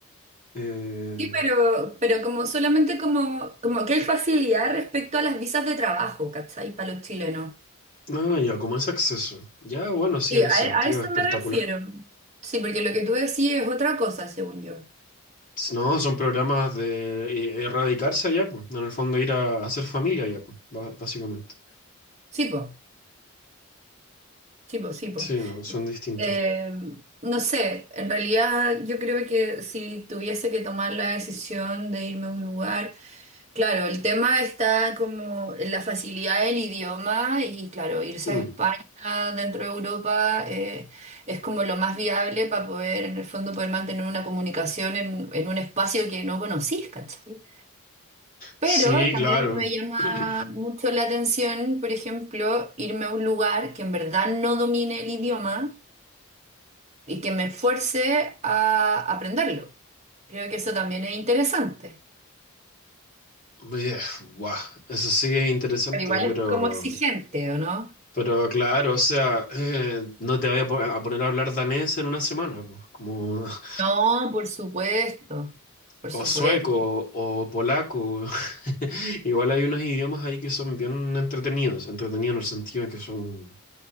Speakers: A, on the left (about 40°); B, on the right (about 30°).
A: Eh,
B: sí, pero, pero como solamente como, como que hay facilidad respecto a las visas de trabajo, ¿cachai? Para los chilenos.
A: ah, ya, como ese acceso. Ya, bueno, sí,
B: Y
A: en
B: a,
A: ese sentido,
B: a eso
A: espectacular.
B: me refiero. Sí, porque lo que tú decís es otra cosa, según yo.
A: No, son programas de e- erradicarse allá, pues. En el fondo ir a hacer familia allá, pues, ba- básicamente.
B: Sí, po, sí, po, sí, po.
A: Sí, no, son distintos.
B: Eh, no sé, en realidad yo creo que si tuviese que tomar la decisión de irme a un lugar, claro, el tema está como en la facilidad del idioma y claro, irse
A: Mm.
B: a España dentro de Europa eh, es como lo más viable para poder, en el fondo, poder mantener una comunicación en, en un espacio que no conocís, ¿cachai? Pero
A: Sí,
B: también
A: claro.
B: me llama
A: <clears throat>
B: mucho la atención, por ejemplo, irme a un lugar que en verdad no domine el idioma y que me esfuerce a aprenderlo. Creo que eso también es interesante,
A: Bien, guau, Eso sí es interesante,
B: pero igual
A: pero,
B: es como exigente, ¿o no?
A: pero claro, o sea, eh, no te voy a, po- a poner a hablar danés en una semana, pues, como, <laughs>
B: No, por supuesto, por
A: o
B: supuesto.
A: sueco, o polaco. <laughs> Igual hay unos idiomas ahí que son bien entretenidos, entretenidos en el sentido de que son